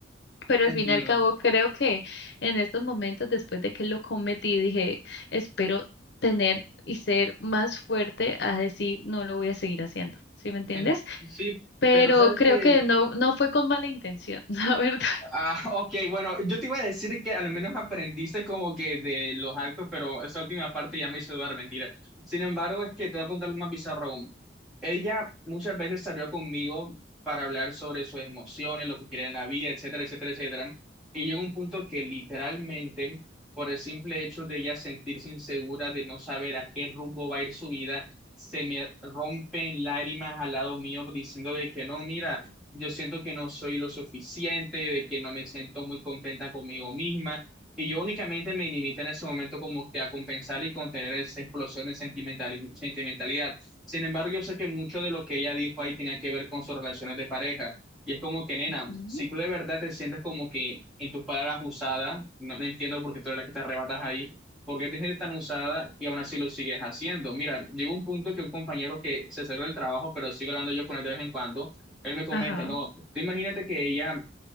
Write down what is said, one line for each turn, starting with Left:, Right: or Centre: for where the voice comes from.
Left: Pero
Centre: entiendo.
Left: al fin y al cabo, creo que en estos momentos, después de que lo cometí, dije, espero tener y ser más fuerte a decir, no lo voy a seguir haciendo. ¿Sí me entiendes?
Centre: En- sí,
Left: Pero
Centre: pero ¿sabes
Left: creo
Centre: qué?
Left: que no, no fue con mala intención, <laughs> la verdad.
Centre: Ah, ok, bueno, yo te iba a decir que al menos aprendiste como que de los actos, pero esa última parte ya me hizo dudar, mentira. Sin embargo, es que te voy a contar más bizarro aún. Ella muchas veces salió conmigo para hablar sobre sus emociones, lo que quiere en la vida, etcétera, etcétera, etcétera. Y llegó un punto que literalmente, por el simple hecho de ella sentirse insegura, de no saber a qué rumbo va a ir su vida, se me rompen lágrimas al lado mío diciendo de que no, mira yo siento que no soy lo suficiente, de que no me siento muy contenta conmigo misma. Y yo únicamente me limité en ese momento como que a compensar y contener esa explosión de sentimentali- sentimentalidad. Sin embargo, yo sé que mucho de lo que ella dijo ahí tenía que ver con sus relaciones de pareja. Y es como que, nena,
Left: Ujú.
Centre: si tú de verdad te sientes como que en tus palabras usada, no, no entiendo por qué tú eres la que te arrebatas ahí, por qué te sientes tan usada y aún así lo sigues haciendo. Mira, llegó un punto que un compañero que se salió del trabajo, pero sigue hablando yo con él de vez en cuando, él me comenta,
Left: Ajá.
Centre: no, tú imagínate que ella